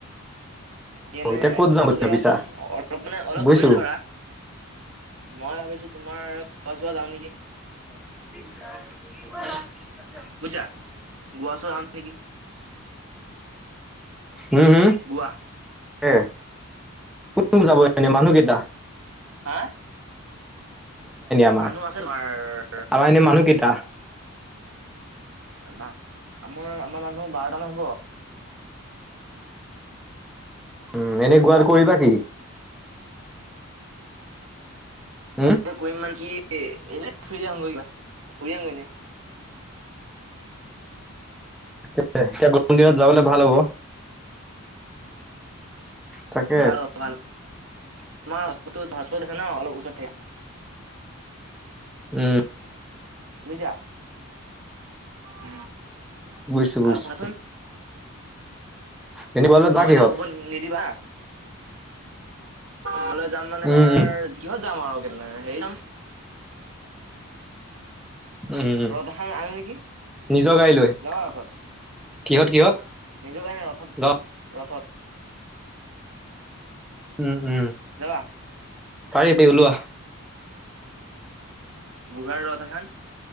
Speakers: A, on the right; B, in the centre.
A: সেইকাৰানে
B: এতিয়া ক'ত যাওঁ বুলি
A: জেগা
B: ভাবিছা
A: চোৱাচোন অলপ মানে অলপ
B: বুজিছো
A: দূৰে ধৰা মই ভাবিছো তোমাৰ খোৱা চোৱা যাও নেকি
B: ব
A: বুজা গোৱা চ আ নেকি
B: উ উম হম
A: গোৱা
B: উ কোন যাব এনে মানুহকেইটা
A: হা
B: আমাৰ
A: মানুহ আছে তোমাৰ
B: আমাৰ এনে মানুহ কেইটা
A: ম আমাৰ আমাৰ মানুহ বাৰটাম হব <unintelligible>
B: উম এনে
A: বুজিছা
B: গোৱাৰ কৰিবা কি উম
A: ত কৰিম মান কি এনে ফুৰি আহোগৈ কিবা ফুৰি আহোগৈ
B: এতিয়া গৰম দিনত যাবলৈ ভাল হ'ব
A: অ
B: তাকে
A: ভাল ভাল তোমাৰ হস্পিতে আছে ন অলপ ওচৰত থ
B: উম
A: বুজিছা উ
B: বুজিছো বুজিছো
A: আৰু শুনাচোন
B: এনেকুৱালে যা
A: মইলৈো
B: কিহত
A: হ হব নিদিবা তোমাললৈ যাম মানে
B: উম
A: তমাৰ
B: উম
A: যিহত যাম আৰু েই ন
B: উম উ
A: ৰথ এখন আনো নেকি
B: নিজৰ গাই লৈ
A: যাবা
B: কিহত
A: ৰথত
B: কিহত
A: নিজৰ কাৰণে ৰথত
B: ল
A: যাম ৰথত
B: উম উম
A: যাবা
B: পাৰি পি ওলোৱাা
A: গুঢ়াৰ ৰথ এখন